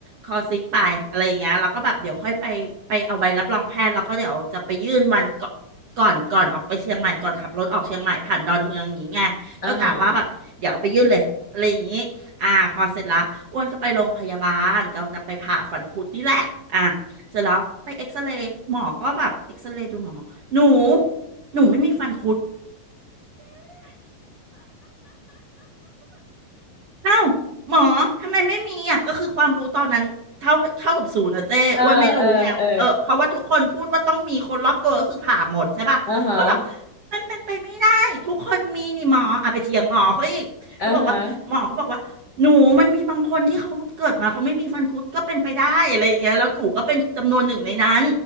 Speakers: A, on the right (about 60°); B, on the left (about 80°).
A: คอซิกไปอะไรอย่างเงี้ยแล้วก็แบบเดี๋ยวค่อยไปไปเอาใบรับรองแพทย์แล้วก็เดี๋ยวจะไปยื่นวันก่อนก่อนก่อนออกไปเชียงใหม่ก่อนขับรถออกเชียงใหม่ผ่านดอนเมืองอย่างงี้ไงก็กะว่าแบบเดี๋ยวเอาไปยื่นเลยอะไรอย่างงี้อ่าพอเสร็จละอ้วนก็ไปโรงพยาบาลก็จะไปผ่าฝังคุดนี่แหละอ่าเสร็จแล้วไปเอ็กซเรย์หมอก็แบบเอ็กซเรย์ดูหมอหมอหนู
B: อ่าฮะ
A: หนูไม่มีฟันคุด อ้าวหมอทำไมไม่มีอ่ะก็คือความรู้ตอนนั้นเท่าเท่ากับศูนย์นะเจ้อ้วนไม่รู้ไงเออเพราะว่าทุกคนพูดว่าต้องมีคนรอบตัวก็คือผ่าหมดใช่ป่ะอ้วนบอก
B: เออเออเอออ่าฮะ
A: มันเป็นไปไม่ได้ทุกคนมีนี่หมออ่ะไปเถียงหมอเขาอีกก็บอกว่าหมอก็บอกว่าหนูมันมีบางคนที่เขาเกิดมาเขาไม่มีฟันคุดก็เป็นไปได้อะไรอย่างเงี้ยแล้วหนูก็เป็นจำนวนหนึ่งในนั้น
B: อ่าฮะ